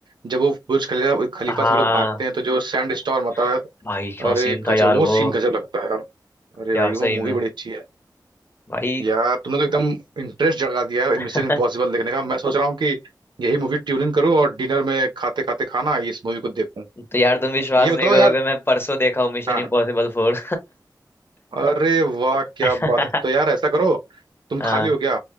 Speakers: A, on the right; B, on the left.
A: जब वो बुर्ज खलीफा खलीफा
B: हाँ
A: से वो लोग भागते हैं तो जो सैंड स्टॉर्म आता
B: <laughs>
A: है
B: भाई क्या
A: अरे
B: सीन था
A: गजब
B: यार
A: वो
B: वो
A: सीन गजब लगता है यार अरे
B: यार
A: भाई वो
B: सही
A: मूवी
B: में
A: बड़ी अच्छी है
B: भाई
A: यार तुमने तो एकदम इंटरेस्ट जगा दिया है मिशन
B: <laughs>
A: इम्पॉसिबल देखने का मैं सोच रहा हूँ कि यही मूवी ट्यूनिंग करूँ और डिनर में खाते खाते खाना इस मूवी को देखूं
B: तो यार तुम विश्वास
A: ये
B: नहीं
A: बताओ
B: करोगे
A: यार
B: मैं परसों देखा हूँ मिशन
A: हाँ
B: इम्पॉसिबल फोर
A: अरे वाह क्या
B: <laughs>
A: बात है तो यार ऐसा करो तुम
B: हाँ
A: खाली हो गया